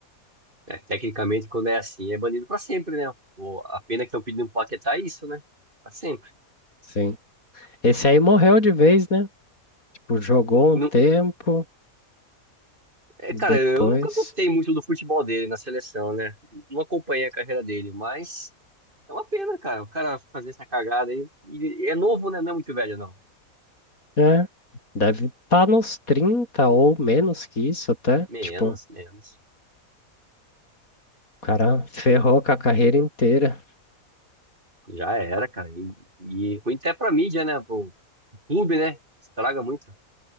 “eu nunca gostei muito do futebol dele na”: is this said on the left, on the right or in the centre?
Right